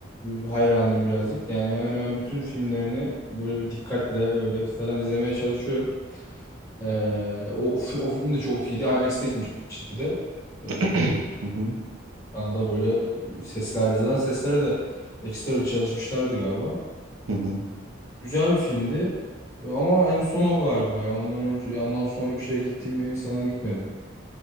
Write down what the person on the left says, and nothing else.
e, hayranıyım birazcık. Yani hemen hemen bütün filmlerini böyle bir dikkatle böyle ekstradan izlemeye çalışıyorum. E, o, fi- o film de çok iyiydi. IMAX'te gitmiştik bir de. Ee,
Şu anda böyle seslerle zaten seslere de ekstra bir çalışmışlardı galiba.
Güzel bir filmdi ama en son o galiba ya ondan önce ya ondan sonra bir şeye gittim mi sanırım gitmedim.